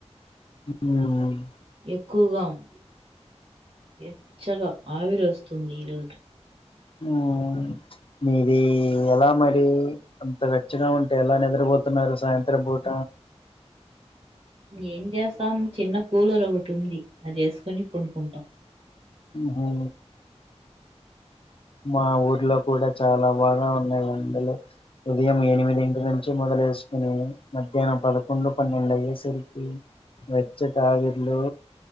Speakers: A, on the left; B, on the right.
A: ఆ
B: ఎక్కువగా ఉంది ఎచ్చగా ఆవిరొస్తుంది ఈరోజు
A: మా మీది ఎలా మరి అంత వెచ్చగా ఉంటే ఎలా నిద్రబోతున్నారు సాయంత్రం పూట
B: ఏం చేస్తాం చిన్న కూలర్ ఒగటుంది అదేసుకొని పొనుకుంటాం
A: ఊహ మా ఊర్లో కూడా చాలా బాగా ఉన్నాయి ఎండలు ఉదయం ఎనిమిదింటి నుంచి మొదలేసుకుని మధ్యాహ్నం పదకొండు పన్నెండు అయ్యే తరికి వెచ్చ టాయిర్లు